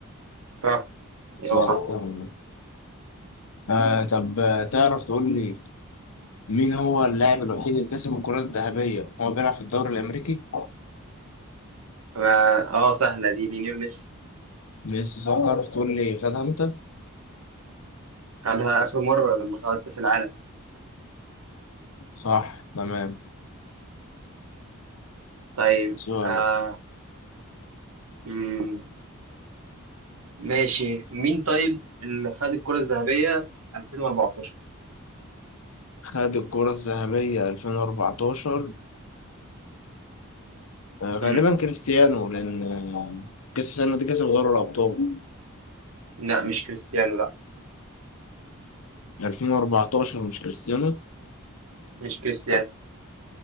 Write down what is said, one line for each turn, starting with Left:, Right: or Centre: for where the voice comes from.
Right: صح
Left: صح
Right: ايوه صح
Left: تمام آه طب آه، تعرف تقول لي مين هو اللاعب الوحيد اللي كسب الكرة الذهبية هو بيلعب في الدوري الأمريكي؟
Right: أنا- اه سهله دي ليونيل ميسي
Left: ميسي صح تعرف تقول لي خدها أنت؟
Right: خدها اخر مره لما خد كاس العالم
Left: صح تمام
Right: طيب
Left: سؤال
Right: آه مم. ماشي مين طيب اللي خد الكره الذهبيه 2014
Left: خد الكرة الذهبية 2014 آه، غالبا
Right: مم.
Left: كريستيانو لأن آه، كأس السنة دي كسب دوري الأبطال
Right: لا مش كريستيانو لا
Left: 2014 مش كريستيانو
Right: مش كريستيانو